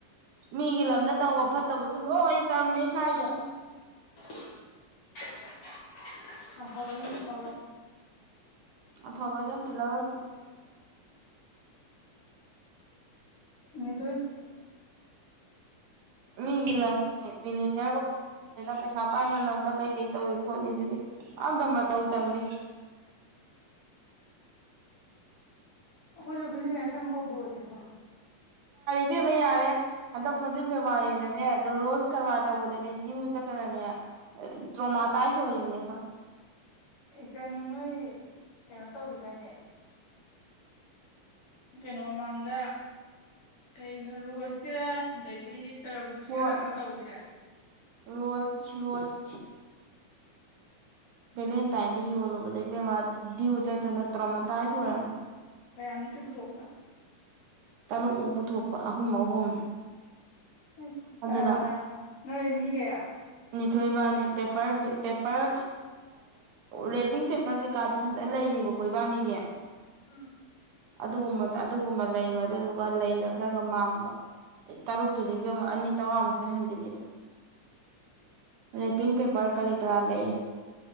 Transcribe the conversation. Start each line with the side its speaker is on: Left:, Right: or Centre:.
Right: ꯃꯤꯒꯤ ꯂꯝꯗ ꯇꯧꯕ ꯐꯠꯇꯕꯗꯨ ꯂꯣꯏ ꯇꯝꯃꯦ ꯁ꯭ꯋꯥꯏꯗ
Left: <inaudible> ꯑ ꯐ ꯆꯂꯣ
Right: ꯑꯐꯕꯖꯝꯗ ꯂꯧꯔ
Left: ꯃꯤꯇ
Right: ꯃꯤꯂ ꯕꯤꯂꯤꯅꯤꯌꯔ ꯑꯣꯏꯔꯤꯕꯁꯤꯡꯁꯤꯅ ꯄꯩꯁꯥ ꯄꯥꯏꯅꯅꯕꯝꯗ ꯀꯩ ꯀꯩ ꯇꯧꯏ ꯈꯣꯠꯂꯤ ꯑꯗꯨꯗꯤ ꯑꯝꯇ ꯃꯇꯧ ꯇꯝꯃꯤ
Left: <inaudible> ꯑꯩꯈꯣꯏꯁꯨ ꯕꯤꯖꯤꯅꯦꯁ ꯑꯃ ꯍꯧꯗꯣꯛꯑꯁꯕ꯭ꯔꯣ
Right: ꯅꯨꯕꯤ ꯑꯃ ꯌꯥꯔꯦ ꯍꯟꯗꯛ ꯐꯣꯔꯇꯤꯟ ꯐꯦꯕꯋꯥꯔꯤꯗꯅꯦ ꯑꯣ ꯔꯣꯁ ꯀꯔꯕꯥꯔ ꯇꯧꯕꯗꯅꯦ ꯗꯗꯤꯌꯨ ꯆꯠꯇꯅꯅꯦ ꯇ꯭ꯔꯣꯃ ꯇꯥꯏ ꯆ ꯑꯣꯏꯔꯤ ꯃꯣꯏ
Left: ꯀꯩꯅꯣ ꯅꯣꯏ ꯀꯩꯅꯣ ꯇꯧꯈꯤꯗꯣꯏꯅꯦ ꯀꯩꯅꯣ ꯃꯃꯥꯡꯗ ꯀꯩꯅꯣ ꯔꯣꯁꯀꯤꯔꯥ ꯑꯗꯩꯗꯒꯤ ꯇꯔꯕꯨꯁꯤꯔ
Right: ꯍꯣꯏ
Left: ꯀꯩꯅꯣ ꯇꯧꯈꯤꯗꯦ
Right: ꯔꯣꯁꯀꯤ ꯔꯣꯁ ꯦꯂꯦꯟꯇꯥꯏꯟꯗ ꯌꯣꯜꯂꯨꯕꯗꯩ ꯕꯦꯝꯃ ꯗꯤꯌꯁꯠꯇ ꯅꯠꯇ꯭ꯔꯣ ꯑꯃ ꯇꯥꯏꯁꯨ ꯑꯣꯏꯔꯅꯤ
Left: ꯀꯌꯥꯃꯨꯛꯀꯤ ꯄꯨꯊꯣꯛꯄ
Right: ꯇꯔꯨꯛ ꯑꯃꯨ ꯄꯨꯊꯣꯛꯄ ꯑꯍꯨꯝ ꯑꯍꯨꯝ
Left: ꯑꯁ ꯀꯅꯥ
Right: ꯑꯗꯨꯅ
Left: ꯀꯅꯥ ꯅꯣꯏ ꯃꯤ ꯀꯌꯥ
Right: ꯅꯤꯊꯣꯏꯕꯅꯤ ꯄꯦꯄꯔ ꯔꯦꯄꯤꯡ ꯄꯦꯄꯔ ꯀꯩꯀꯥꯗꯤ ꯐꯖ ꯂꯩ ꯕ ꯀꯣꯏꯕꯥꯅꯤꯉ
Left: ꯎꯝ
Right: ꯑꯗꯨꯒꯨꯝꯕ ꯑꯗꯨꯒꯨꯝꯕ ꯂꯩꯕ ꯑꯗꯨꯗꯨꯒ ꯂꯩꯗ ꯈꯔꯒ ꯃꯥꯡꯕ ꯑꯦ ꯇꯔꯨꯛꯇꯨꯗꯤꯕ ꯑꯅꯤꯥꯝꯉꯥꯃꯨꯛꯇꯅ ꯍꯟꯖꯤꯟꯜꯂꯤꯗ ꯑ ꯄꯤ ꯄꯦꯄꯔ ꯀꯔꯤ ꯀ꯭ꯔ ꯂꯩ